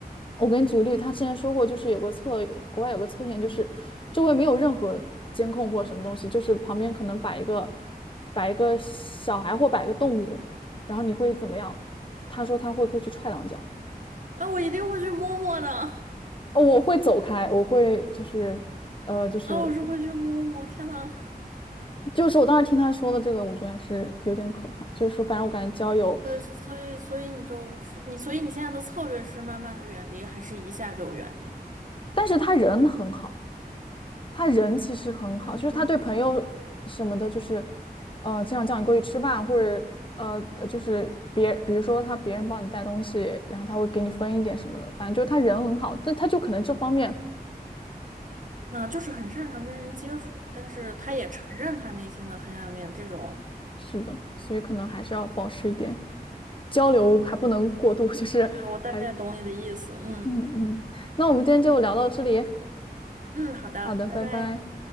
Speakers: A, on the left (about 30°); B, on the right (about 55°).
A: 我给你举个例，他之前说过，就是有个测，国外有个测验，就是周围没有任何监控或什么东西，就是旁边可能摆一个摆一个小孩或摆个动物，然后你会怎么样？他说他会过去踹两脚，
B: 那我一定会去摸摸的。
A: 哦，我会走开，我会就是呃就是
B: 啊，我是会去摸摸。天呐，
A: 就是我当时听他说的这个，我觉得还是有点可怕，就是反正我感觉交友，
B: 对，所所以所以你就是你，所以你现在的策略是慢慢的远离，还是一下就远离？
A: 但是他人很好。他人其实很好，
B: 嗯，
A: 就是他对朋友什么的，
B: 比
A: 就是，呃，经常叫你过去吃饭，或者呃，呃就是别，比如说他别人帮你带东西，然后他会给你分一点什么的，反正就是他人很好，但他就可能这方面
B: 那就是很擅长跟人接触，但是他也承认他内心的黑暗面，这种，
A: 是的，所以可能还是要保持一点交流，还不能过度，就是还，
B: 对，我大概懂你的意思。嗯
A: 嗯嗯，那我们今天就聊到这里，
B: 嗯，好的，
A: 好的，
B: 拜拜。
A: 拜拜。